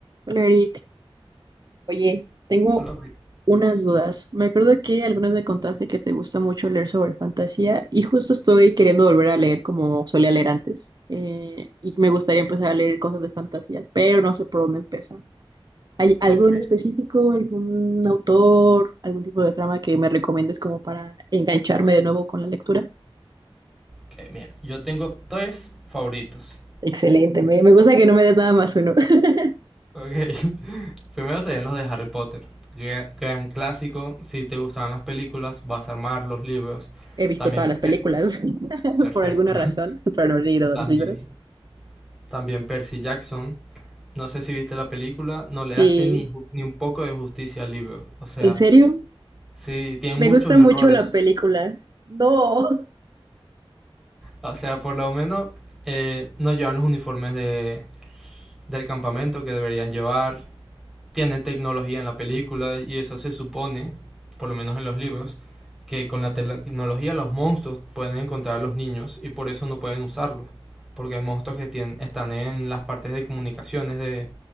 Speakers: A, on the right; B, in the centre.
A: Hola Eric, oye, tengo
B: A la vez.
A: unas dudas. Me acuerdo que algunas me contaste que te gusta mucho leer sobre fantasía y justo estoy queriendo volver a leer como solía leer antes. eh, y me gustaría empezar a leer cosas de fantasía, pero no sé por dónde empezar. ¿Hay algo
B: Ok,
A: en específico, algún autor, algún tipo de trama que me recomiendes como para engancharme de nuevo con la lectura?
B: ok, mira, yo tengo tres favoritos.
A: Excelente, me, me gusta que no me des nada más uno. <laughs>
B: Ok, <laughs> primero serían los de Harry Potter. Gran, gran clásico, si te gustaban las películas, vas a armar los libros.
A: He visto
B: También,
A: todas las
B: Per-
A: películas <laughs>
B: perfecto.
A: por alguna razón,
B: <laughs>
A: pero no he leído
B: También,
A: los libros.
B: también Percy Jackson. No sé si viste la película, no
A: Sí,
B: le hace ni, ju- ni un poco de justicia al libro. O sea,
A: ¿en serio?
B: sí, tiene muchos
A: Me gusta
B: errores.
A: mucho la película. No.
B: O sea, por lo menos eh, no llevan los uniformes de, del campamento que deberían llevar. tiene tecnología en la película y eso se supone, por lo menos en los libros, que con la tecnología los monstruos pueden encontrar a los niños y por eso no pueden usarlos, porque hay monstruos que tienen, están en las partes de comunicaciones de,